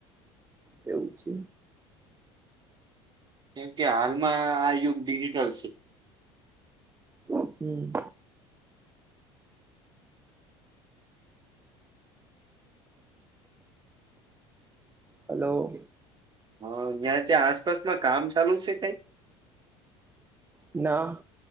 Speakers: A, on the right; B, on the right.
A: એવું છે.
B: કેમકે હાલમાં આ યુગ ડિજિટલ છે.
A: હમ્મ. હલો,
B: હ ન્યા ત્યાં આસપાસમાં કામ ચાલુ છે, કઈ?
A: ના